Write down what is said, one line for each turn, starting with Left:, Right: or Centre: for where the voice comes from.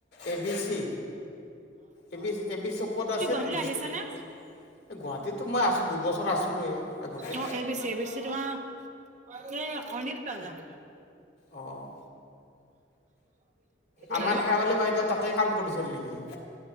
Left: A B C A B C, A B C ক'ত
Right: তু
Left: আছিল
Right: গুৱাহাটীলৈ
Left: দিছপুৰ
Right: আহিছানে
Left: এই গুৱাহাটীতো মই আছোঁ দুবছৰ আছিলোঁৱেই আগতে
Right: অ এবিচি এবি তোমাৰ <inaudible> অসনিত ক যা <inaudible> <unintelligible> <unintelligible>
Left: অ', আমাৰ
Right: হেল্লো'
Left: শেৱালি বাইদেউ তাতে কাম কৰিছিল নেকি